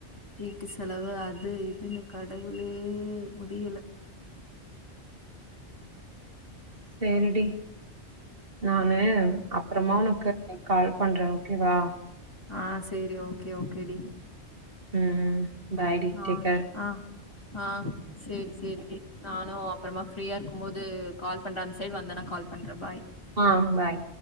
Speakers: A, on the left; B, on the right.
A: வீட்டு செலவு அது இதுன்னு கடவுளே முடியல
B: சேரிடி நானு அப்றமா
A: ம்
B: உனக்கு கால் பண்ற ஓகேவா
A: ஆ சேரி ஓகே ஓகேடி
B: ம் பாய் டீ
A: ஆ
B: டேக்கேர்
A: ஆ ஆ செரி செரிடி நானு அப்பறமா ஃப்ரீயா இருக்கும் போது கால் பண்ற அந்த சைடு வந்தனா கால் பண்ற பாய்
B: ஆ பாய்